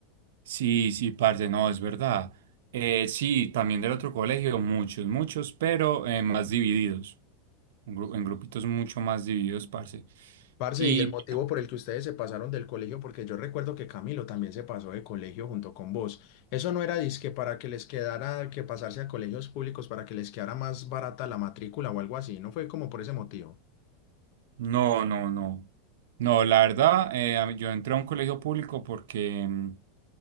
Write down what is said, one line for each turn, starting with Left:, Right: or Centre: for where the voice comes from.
Right: Sí, sí, parce, no, es verdad. Eh, sí, también del otro colegio, muchos, muchos, pero eh, más divididos. Un gru- En grupitos mucho más divididos, parce.
Left: Parce,
Right: Y
Left: y el motivo por el que ustedes se pasaron del colegio, porque yo recuerdo que Camilo también se pasó de colegio junto con vos. Eso no era disque para que les quedara que pasarse a colegios públicos para que les quedara más barata la matrícula o algo así, no fue como por ese motivo.
Right: no, no, no. No, la verdad, eh, a mí- yo entré a un colegio público porque mm,